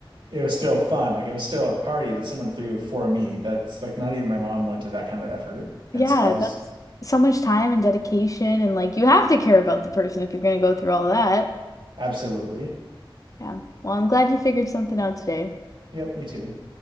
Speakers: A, on the right; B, on the left.
A: it was still fun. Like it was still a party that someone threw for me. That's like not even my mom went to that kind of effort. And
B: Yeah,
A: so that was
B: that's so much time and dedication, and like you have to care about the person if you're going to go through all that.
A: absolutely.
B: Yeah. Well, I'm glad you figured something out today.
A: Yep, me too.